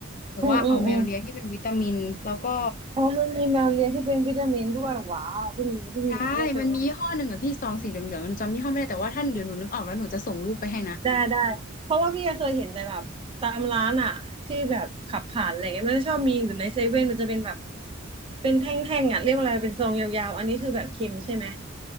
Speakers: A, on the left; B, on the right.
A: หรือว่าเอาแมวเลียที่เป็นวิตามินแล้วก็
B: อืมอืมอืมอ๋อมันมีแมวเลี้ยงที่เป็นวิตามินด้วยว้าวเพิ่งรู้เพิ่งรู้โอเคโอเค
A: ใช่มันมียี่ห้อหนึ่งอ่ะพี่ซองสีเหลืองๆหนูจำยี่ห้อไม่ได้แต่ว่าท่านเดี๋ยวหนูนึกออกแล้วหนูจะส่งรูปไปให้นะ
B: ได้ได้ เพราะว่าพี่เคยเห็นแต่แบบตามร้านอ่ะที่แบบขับผ่านอะไรเงี้ยมันจะชอบมีหรือในเซเว่นมันจะเป็นแบบเป็นแท่งๆอ่ะเรียกว่าอะไรเป็นซองยาวๆ อันนี้คือแบบเค็มใช่ไหม